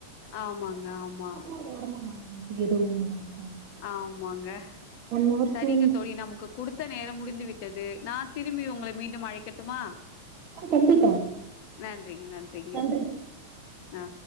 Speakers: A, on the left (about 50°); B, on the right (about 40°).
A: ஆமாங்க
B: <unintelligible>
A: ஆமா ஆமாங்க
B: ஹவர்ஸ்க்கு
A: சரிங்க
B: ஒன்ஸ்
A: தோழி நமக்கு குடுத்த நேரம் முடிந்து விட்டது நா திரும்பி உங்களை மீண்டும் அழைக்கட்டுமா
B: ஆ கண்டிப்பா
A: நன் றிங்க நன்றிங்க
B: நன்றி
A: ஆ